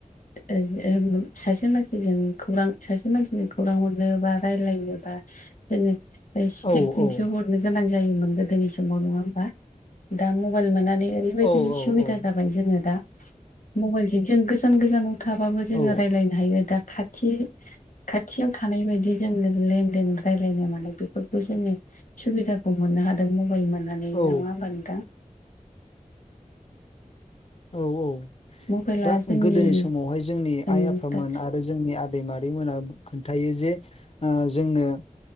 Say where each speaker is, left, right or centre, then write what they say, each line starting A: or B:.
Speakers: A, on the left; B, on the left.
A: ओ ओम सासे मानसिजों खौरां सासे मानसिनो खौरां हरनो बा रायलायनो बा <unintelligible> ओ स्टिकजोंसो
B: औ औ
A: हरनो गोनां जायोमोन गोदोनि समाव नंङा होमबा? दा मबाइल मोननानै बेबायदि
B: औ औ
A: सुबिदा
B: औ
A: जाबाय जोंङो दा मबाइलजों गोजान गोजानाव थाबाबो जोंङो
B: औ
A: रायलायनो हायो दा खाथि खाथियाव थानाय बायदि जोंङो लेनदेन रायलायनो मोनो बेफोरखौ जोंङो। सुबिदाखौ मोननो हादों मबाइल मोननानै नंङा
B: औ
A: होमबा नोंथां?
B: औ औ
A: मबाइला
B: दा
A: जोंनि
B: गोदोनि समावहाय जोंनि
A: ओं
B: आइ आफामोन
A: दा
B: आरो जोंनि आदै मादैमोना खोन्थायो जे ओ जोंनो